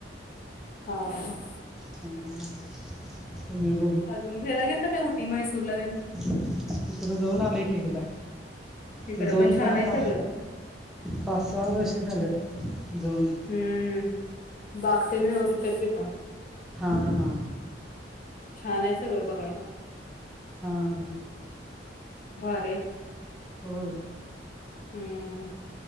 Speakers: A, on the left; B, in the centre.
A: हा ह
B: <unintelligible>
A: अजून घ्यायला गेल ना काय उठी मैसूर ला जाईल
B: तिकडें जऊून आली एक एकदा
A: तिकडे
B: ती जऊन
A: छान
B: पण आता
A: आहे सगळं
B: पाच सहा वर्ष झालं जाऊन
A: हम्म बाकतेने उ टता
B: हा हा
A: छान आहे सगळं बघायला
B: हां हां
A: बारे
B: हो
A: हम्म